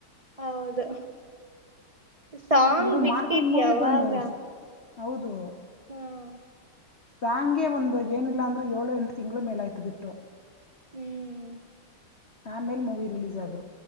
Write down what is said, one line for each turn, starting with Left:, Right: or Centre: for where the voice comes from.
Right: ಹೌದು. ಸಾಂಗ್
Left: ಇದು
Right: ಬಿಟ್ಟಿದ
Left: ಮಾರ್ಟಿನ್ ಮೂವಿ
Right: ಯಾವಾಗ.
Left: ಬಂದು ಹೌದು.
Right: ಹ್ಮ್.
Left: ಸಾಂಗೆ ಒಂದು ಏನಿಲ್ಲಾ ಅಂದ್ರೂ ಏಳು ಎಂಟು ತಿಂಗಳು ಮೇಲಾಯ್ತು ಬಿಟ್ಟು
Right: ಹ್ಮ್
Left: ಆಮೇಲೆ ಮೂವಿ ರಿಲೀಸ್ ಆದ್ರು